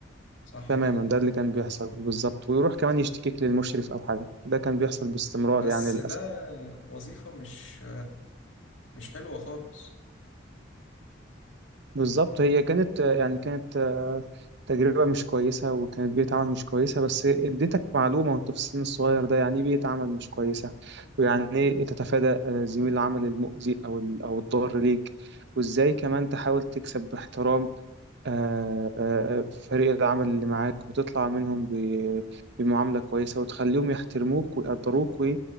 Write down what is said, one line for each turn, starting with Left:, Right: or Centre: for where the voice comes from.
Left: صح
Right: تماما
Left: كده
Right: ده اللي كان بيحصل بالظبط ويروح كمان يشتكيك للمشرف أو حاجة ده كان بيحصل باستمرار
Left: بس
Right: يعني للأسف
Left: ده وظيفة مش مش حلوة خالص
Right: بالظبط هي كانت يعني كانت آه، تجربة مش كويسة وكانت بيئة عمل مش كويسة بس اديتك معلومة وانت في السن الصغير ده يعني ايه بيئة عمل مش كويسة ويعني ايه تتفادى آه، زميل العمل المؤذي او ال- او الضار ليك وازاي كمان تحاول تكسب باحترام آه، آه، فريق العمل اللي معاك وتطلع منهم ب- بمعاملة كويسة وتخليهم يحترموك ويقدروك وما